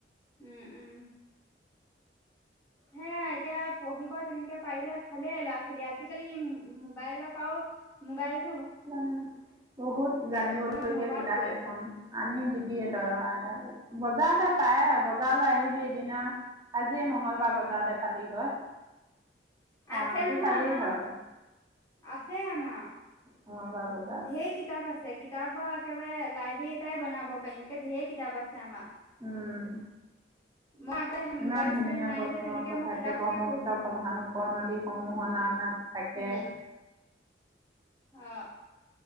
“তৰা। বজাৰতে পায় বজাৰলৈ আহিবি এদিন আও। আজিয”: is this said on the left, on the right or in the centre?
Right